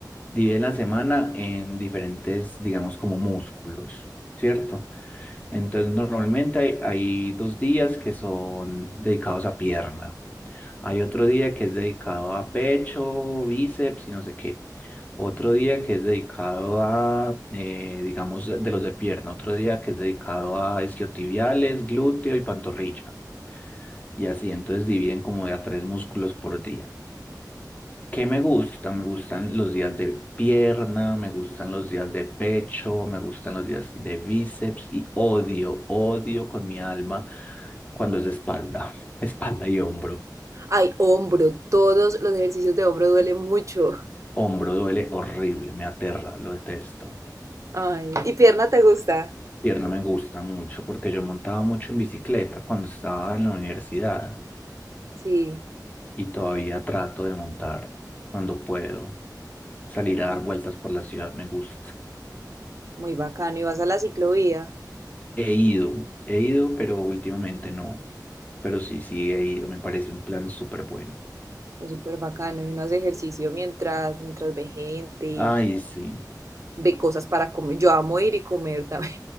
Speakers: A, on the left; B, on the right.
A: divide la semana en diferentes, digamos, como músculos, ¿cierto? Entonces normalmente hay, hay dos días que son dedicados a pierna, hay otro día que es dedicado a pecho, bíceps y no sé qué. Otro día que es dedicado a, eh, digamos, de los de pierna. Otro día que es dedicado a isquiotibiales, glúteo y pantorrilla. Y así, entonces dividen como de a tres músculos por día. ¿Qué me gusta? Me gustan los días de pierna, me gustan los días de pecho, me gustan los días de bíceps y odio, odio con mi alma cuando es espalda, <laughs> espalda y hombro.
B: Ay, hombro, todos los ejercicios de hombro duelen mucho. <laughs>
A: Hombro duele horrible, me aterra, lo detesto.
B: Ay, ¿y pierna te gusta?
A: Pierna me gusta mucho porque yo montaba mucho en bicicleta cuando estaba en la universidad
B: Sí,
A: y todavía trato de montar cuando puedo. Salir a dar vueltas por la ciudad me gusta.
B: muy bacano. Y vas a la ciclovía,
A: He ido, he ido, pero últimamente no. Pero sí, sí, he ido, me parece un plan súper bueno.
B: es súper bacano. Y uno hace ejercicio mientras, mientras ve gente.
A: Ay, sí.
B: ve cosas para comer. Yo amo ir y comer también.